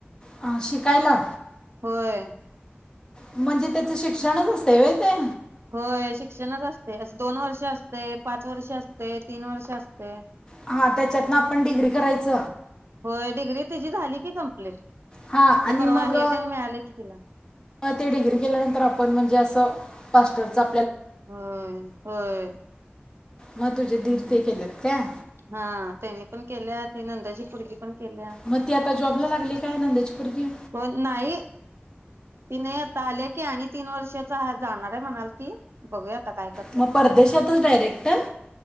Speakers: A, on the left (about 20°); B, on the right (about 80°).
A: अ शिकायला?
B: होय.
A: म्हणजे त्याच शिक्षणच असतय व्हय ते
B: होय शिक्षणच असतयं, अस दोन वर्ष असतयं, पाच वर्ष असतयं, तीन वर्ष असतयं.
A: हा त्याच्यातन आपण डिग्री करायच.
B: होय डिग्री तिची झाली की कंप्लीट
A: हा
B: ते
A: आणि
B: परवा
A: मग
B: हे त्यानी मिळाले की तिला
A: म ते डिग्री केल्यानंतर आपण म्हणजे अस फास्टरचा
B: व्हय होय
A: म तुझे दीर ते केलेत काय?
B: हा त्यांनी पण केल्या ते नंदची पोरगी पण केल्या
A: म ती आता जॉबला लागली काय नणंदेची पोरगी?
B: कोण नाही, ती नाही आता आलीया की आणि तीन वर्षाच हा जाणारये म्हणायलती. बघूया आता काय करत्यात.
A: मग परदेशातच डायरेक्ट